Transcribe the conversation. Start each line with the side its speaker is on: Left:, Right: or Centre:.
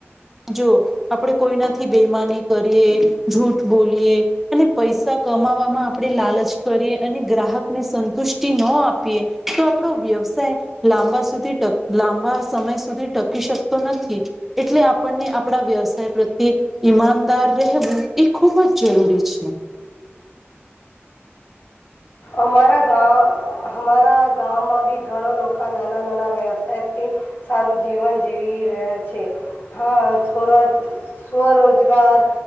Centre: જો આપણે કોઈનાથી બેમાની કરીએ. જૂઠ બોલીએ અને પૈસા કમાવામાં આપણે લાલચ કરીએ, અને ગ્રાહકને સંતુષ્ટિ ન આપીએ તો આપણો વ્યવસાય લાંબા સુધી ટક લાંબા સમય સુધી ટકી શકતો નથી એટલે આપણને આપણા વ્યવસાય પ્રત્યે ઈમાનદાર રહેવું. એ ખૂબ જ જરૂરી છે.
Left: અમારા ગાં હમારા ગામ માંભી. ઘણો લોકો નાના નાના વ્યવસાય. થી સારું જીવન જીવી રહ્યા છે, હા સ્વરોજ સ્વરોજગાર